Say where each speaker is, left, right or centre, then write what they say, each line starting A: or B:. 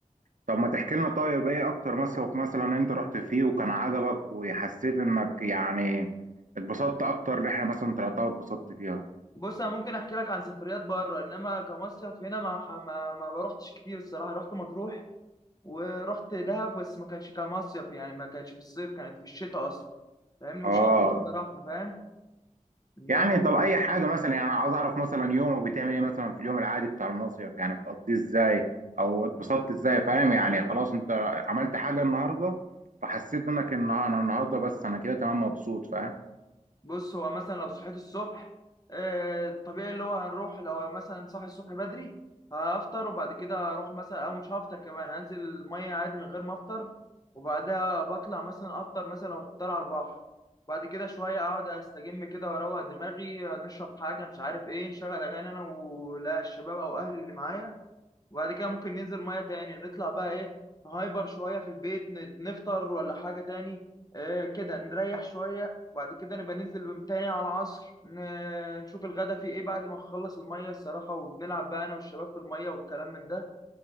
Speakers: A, on the right; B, on the left.
A: طب ما تحكي لنا طيب ايه اكتر مصيف مثلا انت رحت فيه وكان عجبك وحسيت انك يعني اتبسطت اكتر رحلة مثلا طلعتها واتبسطت فيها
B: بص انا ممكن احكي لك عن سفريات بره انما كمصيف هنا ما ما, ما ما روحتش كتير الصراحه رحت مطروح ورحت دهب بس ما كانتش كمصيف يعني ما كانتش في الصيف كانت في الشتاء اصلا فاهمني وشرم
A: اه
B: الصراحه فاهم انما
A: يعني طب اي حاجة مثلا يعني عايز اعرف مثلا يومك بتعمل ايه مثلا في اليوم العادي بتاع المصيف يعني بتقضيه ازاي او اتبسطت ازاي فاهم يعني خلاص انت عملت حاجة النهاردة فحسيت انك ان انا النهاردة بس انا كده تمام مبسوط فاهم
B: بص هو مثلا لو صحيت الصبح آه، طبيعي اللي هو هنروح لو مثلا صاحي الصبح بدري هفطر وبعد كده اروح مثلا او مش هفطر كمان هنزل الميه عادي من غير ما افطر وبعدها بطلع مثلا افطر مثلا لو افطر على البحر بعد كده شويه اقعد استجم كده واروق دماغي نشرب حاجه مش عارف ايه نشغل اغاني انا ولا الشباب او اهلي اللي معايا وبعد كده ممكن ننزل ميه تاني نطلع بقى ايه نهايبر شويه في البيت ن- نفطر ولا حاجه تاني آه كده نريح شويه وبعد كده نبقى ننزل تاني على العصر ن- نشوف الغدا فيه ايه بعد ما نخلص الميه الصراحه وبنلعب بقى انا والشباب في الميه والكلام من ده